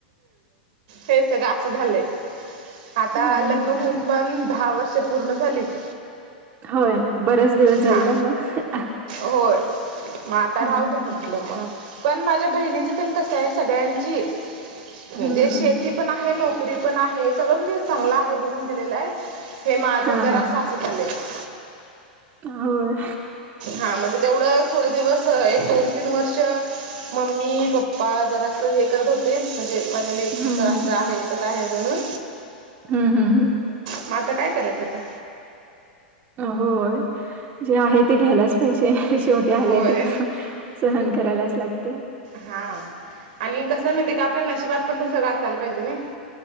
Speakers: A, on the right; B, on the right.
A: हे सगळ असं झालेय. आता
B: हम्म.
A: लग्न होऊन पण दहा वर्ष पूर्ण झालीत.
B: होय बरेच दिवस झाले
A: हा
B: ना मग
A: होय मग आता
B: हं,
A: राहू
B: हं.
A: दे म्हण ममा पण माझ्या बहिणीच तेन कस आहे सगळ्याची
B: हं,
A: म्हणजे शेती.
B: हं.
A: शेती पण आहे नोकरी पण आहे सगळं म्हणजे चांगलं आहे बघून दिलेलं आहे हे माझ
B: हां,
A: जरस अस खूप भ झा आहे <inaudible>
B: हा होय.
A: हा म्हणजे तेवढं थोडं दिवस एक दोन तीन वर्ष. मम्मी पप्पा जरा अस हे करत होते म्हणजे माझ्या लेकीच
B: हं,
A: असं
B: हं.
A: आहेच आहे म्हणून.
B: हम हम हम.
A: मग आता काय करायचं आता
B: होय जे आहे ते घ्यायलाच पाहिजे शेवटे आले
A: होय
B: ते प सहन करायलाच लागते
A: हा आणि कसं माहिती आहे का आपल्या नशिबात पण तसळं असायला पाहिजे न